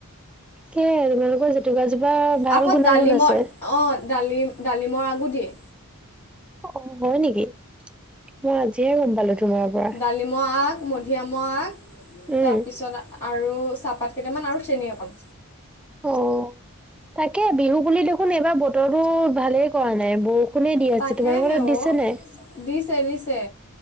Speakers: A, in the centre; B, on the left.
A: কেই তোমালোকৰ জেতুকা জোপা ভাল
B: আকৌ
A: গুণাগুণ
B: ডালিমৰ
A: আছে।
B: অঁ ডালিম ডালিমৰ আগো দিয়ে।
A: অ' হয় নেকি? মই আজিহে গ'ম পালো তোমাৰ পৰা।
B: কালি <unintelligible> ধিয়ামৰ আগ,
A: উম
B: তাৰপিছত আৰু চাহপাত কেইটামান আৰু চেনি অকণ।
A: অ', তাকে বিহু বুলি দেখোন এইবাৰ বতৰটো ভালেই কৰা নাই ব ষুণে দি
B: তাকে
A: আছে, তোমালোকৰ
B: হে
A: তাত দিছে
B: অ
A: নাই?
B: দিছে দিছে।